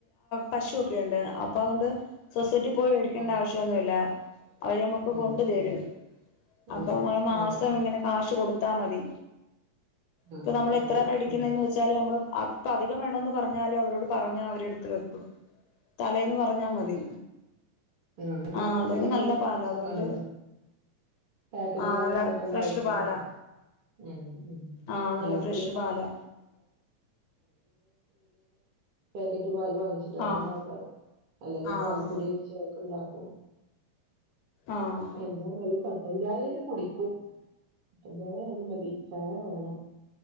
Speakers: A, on the left; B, on the right.
A: പശൊക്കെണ്ട് അപ്പൊ അതൊണ്ട് സെറ്റ് പോയി മേടിക്കണ്ട
B: ആ
A: ആവശ്യന്നുല്ല അവരമ്മക്ക് കൊണ്ട്തരും
B: ഉം ഉം ആഹ്
A: അപ്പോ
B: അത്
A: മാസംങ്ങനെ
B: ശരി
A: കാശ് കൊടു ത്താമതി ഇപ്പ
B: ആഹ്
A: നമ്മള്
B: അത്
A: എത്രെ
B: ശരി
A: മേടിക്കുന്നേന്ന്
B: ഉം
A: വെച്ചാല് നമ്മള് പ്പോ അധികം വേണന്ന് പറഞ്ഞാലും അവരോട് പറഞ്ഞാ അവരെടുത്ത് വെക്കും തലേന്ന് പറഞ്ഞാ മതി
B: അങ്ങനെണ്ന്ന്ണ്ടെങ്കി
A: ആഹ് അതുകൊണ്ട് നല്ല പാലാ
B: അത് സുഖാണല്ലോ
A: അതുകൊണ്ട്
B: പേക്കറ്റ്
A: ആഹ്
B: പാല്
A: നല്ല
B: വാങ്ങിക്കേണ്ട
A: ഫ്രഷ്
B: ആവശ്യല്ലല്ലോ
A: പാലാ
B: മ് മ്
A: ആഹ് നല്ല
B: നമ്മക്ക്
A: ഫ്രഷ്
B: പിന്നെ
A: പാലാ
B: <unintelligible> പാല് വാങ്ങിച്ചിട്ടാണ്
A: ആഹ്
B: ഉണ്ടാക്കാറ് അല്ലെങ്കിൽ
A: ആഹ്
B: പാൽപ്പൊടി വെച്ചൊ ഉണ്ടാക്കും
A: ആഹ്
B: എന്തായാലും കട്ടൻചായേലും കുടിക്കും ട്ടൻ ചായായാലും മതി ചായ വേണം